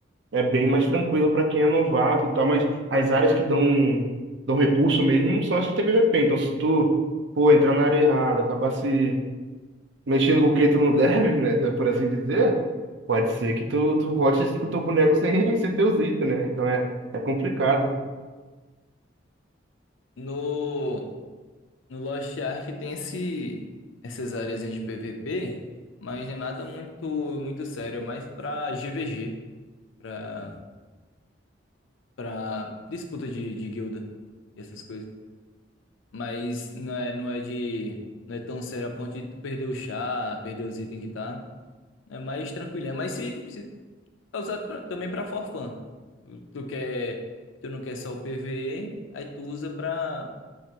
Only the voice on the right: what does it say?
é bem mais tranquilo para quem é novato e tal, mas as áreas que dão, dão recurso mesmo são as que tem PVP. Então, se tu, pô, entrar na área errada, acabar se mexendo com o que tu não <laughs> deve, né, por assim dizer, pode ser que tu, tu volte com o teu boneco sem, <laughs> sem teus itens, né? Então é, é complicado.